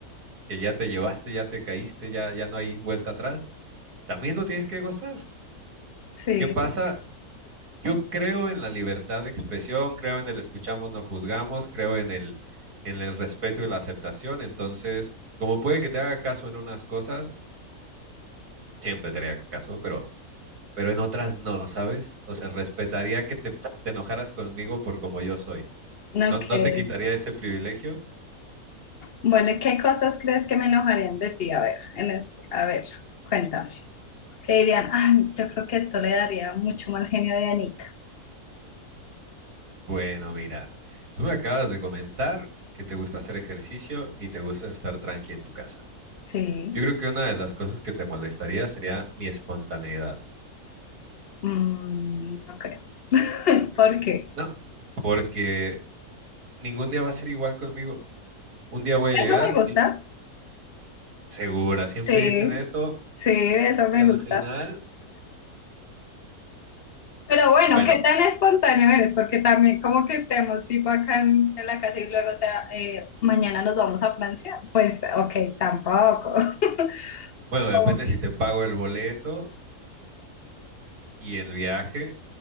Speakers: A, on the right (about 85°); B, on the left (about 55°).
A: que ya te llevaste, ya te caíste, ya, ya no hay vuelta atrás, también lo tienes que gozar.
B: sí,
A: ¿Qué pasa? Yo creo en la libertad de expresión, creo en el escuchamos, no juzgamos, creo en el, en el respeto y la aceptación. Entonces, como puede que te haga caso en unas cosas, siempre te haría caso, pero, pero en otras no, ¿sabes? O sea, respetaría que te, te enojaras conmigo por como yo soy.
B: ok.
A: No, no te quitaría ese privilegio
B: Bueno, ¿y ¿qué cosas crees que me enojarían de ti? A ver, en es- a ver, cuéntame. Que dirían, ay, yo creo que esto le daría mucho mal genio a Dianita.
A: Bueno, mira, tú me acabas de comentar que te gusta hacer ejercicio y te gusta estar tranqui en tu casa.
B: Sí,
A: Yo creo que una de las cosas que te molestaría sería mi espontaneidad,
B: mm, no creo. ¿Por qué?
A: ¿no? Porque ningún día va a ser igual conmigo. Un día voy a llegar
B: Eso me gusta.
A: y segura, siempre
B: Sí,
A: dicen eso
B: sí, eso me
A: y al
B: gusta.
A: final,
B: Pero bueno,
A: bueno,
B: ¿qué tan espontáneo eres? Porque también como que estemos tipo acá en, en la casa y luego, o sea, eh, mañana nos vamos a Francia. Pues, ok, tampoco. <laughs>
A: bueno, depende
B: Como que-
A: si te pago el boleto y el viaje